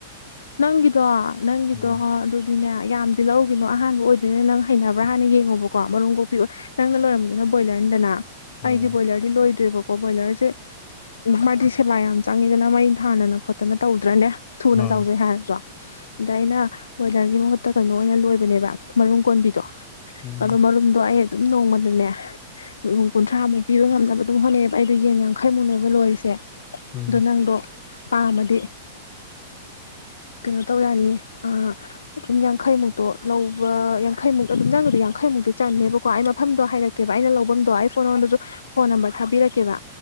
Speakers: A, on the left; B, on the left.
A: ꯅꯪꯒꯤꯗꯣ ꯅꯪꯒꯤꯗꯣ
B: ꯎꯝ
A: ꯑꯗꯨ ꯑꯗꯨꯅꯦ ꯌꯥꯝꯗꯤ ꯂꯧꯔꯨꯒꯤꯅꯣ ꯑꯍꯥꯟꯕ ꯑꯣꯏꯗꯣꯏꯅꯤ ꯅꯪ ꯍꯩꯅꯕ꯭ꯔꯥ ꯍꯥꯟꯅ ꯌꯦꯡꯉꯨꯕꯀꯣ ꯀꯣ ꯃꯔꯨꯝ ꯀꯣꯛꯄꯤ ꯑꯣ ꯅꯪꯅ ꯂꯣꯏꯔꯝꯕꯗꯨꯅ ꯕꯣꯏꯂꯔꯅꯤꯗꯅ
B: ꯎꯝ
A: ꯑꯩꯗꯤ ꯕꯣꯏꯂꯔꯗꯤ ꯂꯣꯏꯗ꯭ꯔꯦꯕꯀꯣ ꯀꯣ ꯕꯣꯏꯂꯔꯁꯦ ꯃꯥꯗꯤ ꯁꯦꯕꯥ ꯌꯥꯝ ꯆꯪꯉꯤꯗꯅ ꯃꯩ ꯊꯥꯟꯗꯅ ꯈꯣꯠꯇꯅ ꯇꯧꯗ꯭ꯔꯅꯦ ꯊꯨꯅ
B: ꯎꯝ
A: ꯆꯥꯎꯖꯩ ꯍꯥꯏꯔꯁꯨ ꯑꯗ ꯑꯩꯅ ꯕꯣꯏꯂꯔꯒꯤ ꯃꯍꯨꯠꯇ ꯀꯩꯅꯣ ꯑꯣꯏꯅ ꯂꯣꯏꯕꯅꯦꯕ ꯃꯔꯨꯝ ꯀꯣꯟꯕꯤꯗꯣ
B: ꯎꯝ
A: ꯑꯗꯣ ꯃꯔꯨꯝꯗꯣ ꯑꯩ ꯑꯗꯨꯝ ꯅꯣꯡꯃꯗꯅꯦ ꯀꯨꯟꯊ꯭ꯔꯥꯃꯨꯛ ꯄꯤꯕ ꯉꯝꯅꯕ ꯑꯗꯨꯝ ꯍꯣꯠꯅꯩꯌꯦꯕ ꯑꯩꯗꯣ ꯌꯦꯟ ꯌꯥꯡꯈꯩꯃꯨꯛꯅꯦꯕ ꯂꯣꯏꯔꯤꯁꯦ ꯑꯗꯣ
B: ꯎꯝ
A: ꯅꯪꯗꯣ ꯄꯥꯝꯃꯗꯤ ꯀꯩꯅꯣ ꯇꯧ ꯌꯥꯅꯤ ꯑꯗꯨꯝ ꯌꯥꯡꯈꯩꯃꯨꯛꯇꯣ ꯂꯧꯕ ꯌꯥꯡꯈꯩꯃꯨꯛꯇ ꯑꯗꯨꯝ ꯅꯪꯒꯤꯗꯣ ꯌꯥꯡꯈꯩ ꯃꯨꯛꯇꯤ ꯆꯟꯅꯦꯕꯀꯣ ꯑꯩ ꯃꯐꯝꯗꯣ ꯍꯥꯏꯔꯛꯀꯦꯕ ꯑꯩꯅ ꯂꯧꯕꯐꯝꯗꯣ ꯑꯩ ꯐꯣꯟꯉꯣꯟꯗꯁꯨ ꯐꯣꯟ ꯅꯝꯕꯔ ꯊꯥꯕꯤꯔꯛꯀꯦꯕ